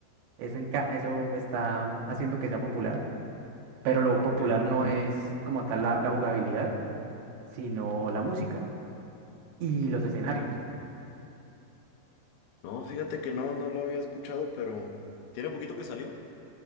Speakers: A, on the right; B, on the left.
A: eso, en ca- eso está mm, haciendo que sea popular, pero lo popular
B: Ok.
A: no es como tal la, la jugabilidad, sino la música y los escenarios.
B: Mm, No, fíjate que no, no lo había escuchado, pero ¿Tiene poquito que salió?